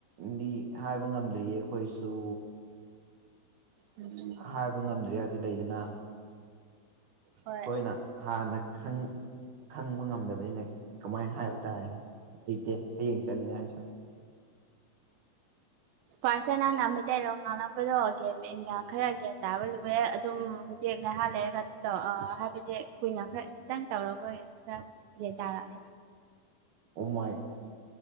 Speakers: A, on the right; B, on the right.
A: ꯗꯤ ꯍꯥꯏꯕ ꯉꯝꯗ꯭ꯔꯤꯌꯦ ꯑꯩꯈꯣꯏꯁꯨ
B: ꯎꯝ
A: ꯍꯥꯏꯕ ꯉꯝꯗ꯭ꯔꯤ ꯍꯥꯏꯕꯗꯤ ꯂꯩꯗꯅ ꯑꯩꯈꯣꯏꯅ
B: ꯍꯣꯏ
A: ꯍꯥꯟꯅ ꯈꯪ ꯈꯪꯕ ꯉꯝꯗꯕꯅꯤꯅ ꯀꯃꯥꯏꯅ ꯍꯥꯏꯕ ꯇꯥꯏ ꯂꯩꯇꯦ ꯍꯌꯦꯡ ꯆꯠꯅꯤꯡꯉꯥꯏꯁꯨ
B: ꯐꯥꯔꯁꯇ ꯅꯪꯅ ꯃꯤꯇꯩꯩꯔ ꯉꯥꯡꯂꯝꯕꯗꯣ ꯒ꯭ꯌꯥꯟ ꯃꯦꯟꯒ ꯈꯔ ꯒ꯭ꯌꯥꯟ ꯇꯥꯕ ꯂꯨꯑꯦ ꯑꯗꯨꯝ ꯍꯧꯖꯤꯛ ꯅꯥꯏꯍꯥꯟ ꯂꯩꯔꯒ ꯑꯗꯨꯝ ꯇꯧꯔ ꯍꯥꯏꯕꯗꯤ ꯀꯨꯏꯅ ꯈꯔ ꯈꯤꯇꯪ ꯇꯧꯔꯒ ꯈꯔ ꯒ꯭ꯌꯥꯟ ꯇꯥꯔꯛꯑꯦ
A: ꯎꯃꯥꯏ